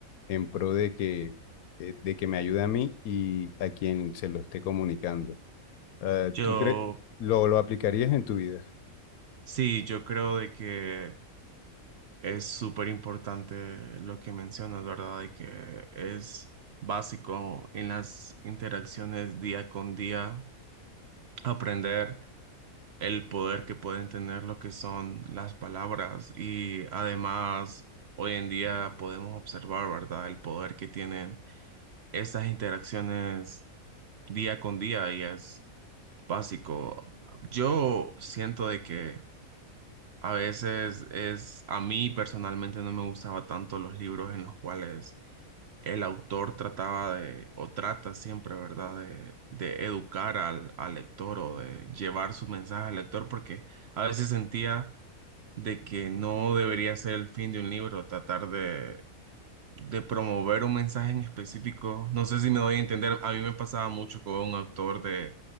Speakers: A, on the left; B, on the right.
A: en pro de que, de, de que me ayude a mí y a quien se lo esté comunicando. Ah,
B: Yo,
A: ¿tú crees, lo, lo aplicarías en tu vida?
B: sí, yo creo de que es súper importante lo que mencionas, ¿verdad? De que es básico en las interacciones día con día aprender. el poder que pueden tener lo que son las palabras y además hoy en día podemos observar, ¿verdad? El poder que tienen estas interacciones día con día y es básico. Yo siento de que a veces es, a mí personalmente no me gustaba tanto los libros en los cuales el autor trataba de, o trata siempre, ¿verdad?, de, de educar al, al lector o de llevar su mensaje al lector, porque a veces sentía de que no debería ser el fin de un libro, tratar de, de promover un mensaje en específico. No sé si me doy a entender, a mí me pasaba mucho con un autor de,